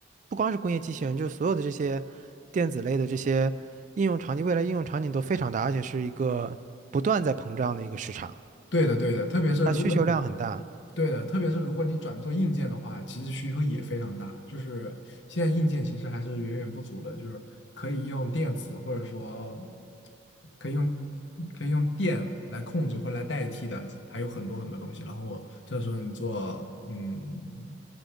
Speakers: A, on the right; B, on the left.
A: 不光是工业机器人，就是所有的这些电子类的这些应用场景，未来应用场景都非常大，而且是一个不断在膨胀的一个市场，
B: 对的，对的，特别是如果你
A: 它需求量很大。
B: 对的，特别是如果你转做硬件的话，其实需求也非常大。就是现在硬件其实还是远远不足的，就是可以用电子或者说可以用可以用电来控制或来代替的，还有很多很多东西。然后这时候你做嗯